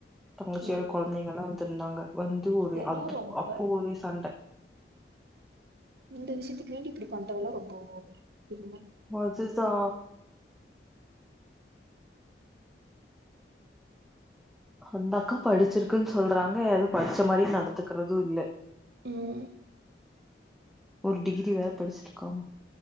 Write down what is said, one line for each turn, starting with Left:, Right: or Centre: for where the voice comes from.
Centre: தங்கச்சியோட
Right: ம்
Centre: கொழந்தைங்கல்லா வந்துருந்தாங்க வந்து ஒரு
Right: இதெல்லா
Centre: அதுப்
Right: ரொம்ப
Centre: அப்போ ஒரு சண்ட
Right: இந்த விஷயத்துக்கு வேண்டி இப்படி பண்றதுல்லா ரொம்ப ஓவரு பெரும
Centre: அது தா அந்தக்கா படிச்சிருக்குன்னு சொல்றாங்க அது படிச்ச மாரி நடத்துக்கறது இல்ல
Right: ம்
Centre: ஒரு டிகிரி வேற படிச்சிருக்காம